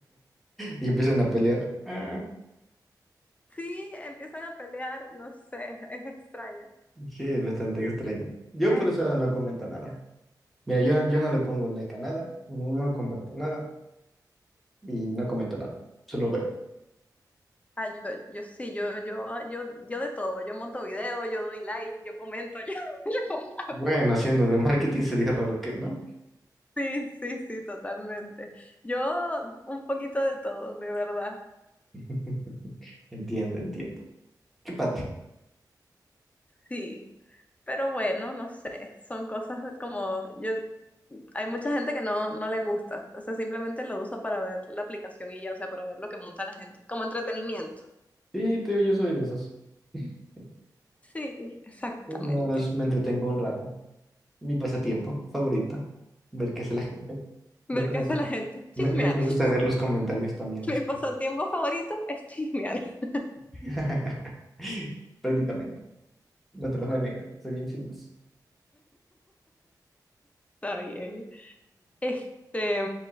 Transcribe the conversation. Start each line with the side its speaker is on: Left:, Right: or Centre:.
Centre: Y empiezan a pelear. Ah,
Left: Sí, empiezan a pelear, no sé, es extraño.
Centre: sí, es bastante extraño. Yo
Left: Es
Centre: por eso no comento nada. Mira, yo, yo no le pongo like a nada, no comparto nada y no comento nada, solo veo.
Left: Ah, yo, yo sí, yo, yo, yo, yo de todo, yo monto videos, yo doy like, yo comento, yo, <laughs> yo comparto.
Centre: Bueno, haciendo de marketing sería raro que no.
Left: Sí, sí, sí, totalmente. Yo un poquito de todo, de verdad,
Centre: <laughs> Entiendo, entiendo. Qué padre.
Left: sí. Pero bueno, no sé, son cosas como yo, hay mucha gente que no, no le gusta, o sea, simplemente lo usa para ver la aplicación y ya, o sea, para ver lo que monta la gente, como entretenimiento.
Centre: Sí, te digo, yo soy de esos. <laughs>
Left: Sí, exactamente.
Centre: y nos- me entretengo un rato. Mi pasatiempo favorito, ver qué hace la gente, ver
Left: Ver
Centre: cómo
Left: qué hace
Centre: se...
Left: la gente, chismear.
Centre: Me, me- me gusta
Left: <laughs>
Centre: ver los comentarios también,
Left: Mi
Centre: es como-
Left: pasatiempo favorito es chismear. <laughs>
Centre: <laughs> prácticamente. No te lo voy a negar, soy bien chismoso.
Left: Está bien. Este,